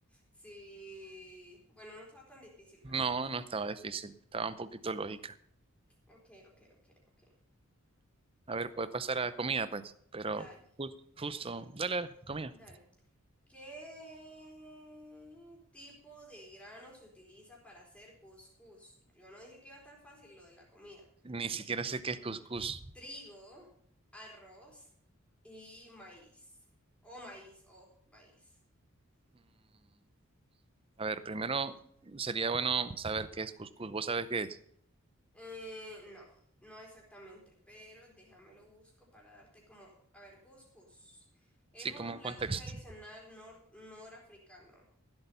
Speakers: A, in the centre; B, on the right.
A: Sí, bueno, no estaba tan difícil, ¿verdad?
B: no, no estaba difícil, estaba un poquito lógica.
A: Ok, ok, ok, ok.
B: A ver, puede pasar a comida, pues, pero
A: Dale,
B: ju- justo, dale, dale, comida.
A: dale. ¿Qué tipo de grano se utiliza para hacer cuscús? Yo no dije que iba a estar fácil lo de la comida.
B: Ni siquiera sé qué es cuscús.
A: Trigo, arroz y maíz. O maíz, o maíz.
B: Mm, A ver, primero sería bueno saber qué es cuscús. ¿Vos sabés qué es?
A: Eh, no, no exactamente, pero déjamelo busco para darte como, a ver, cuscús. Es
B: Sí,
A: un
B: como un
A: plato
B: contexto.
A: tradicional nor norafricano.